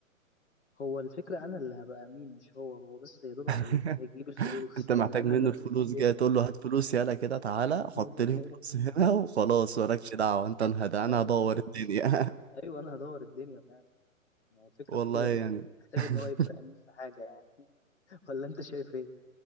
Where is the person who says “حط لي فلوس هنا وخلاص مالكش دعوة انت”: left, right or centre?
Right